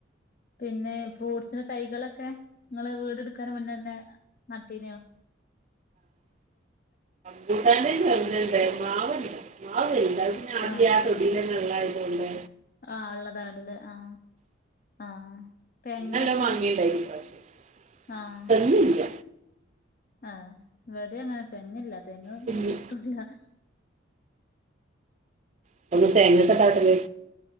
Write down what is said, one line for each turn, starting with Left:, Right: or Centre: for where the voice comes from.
Left: പിന്നെ ഫ്രൂട്സിന്റെ തൈകളൊക്കെ നിങ്ങള് വീടെടുക്കുന്ന മുന്നെ തന്നെ നട്ടീനോ <inaudible>
Right: <inaudible> പിന്നെ <unintelligible>
Left: ആഹ്
Right: കൊണ്ട്
Left: ആഹ് ഉള്ളതാണ്ല്ലേ ആഹ് ആഹ് തെങ്ങൊക്കെ
Right: നല്ല മാങ്ങയുണ്ടായിരുന്നു പ്രാവശ്യം
Left: ആഹ്
Right: തെങ്ങില്ല
Left: ആഹ് ഇവിടെ അങ്ങനെ തെങ്ങില്ല തെങ്ങൊന്നും
Right: കുഞ്ഞ്.
Left: വെച്ചിട്ടൊന്നുല്ല
Right: <unintelligible> തേങ്ങ ഇട്ട് ആട്ടല്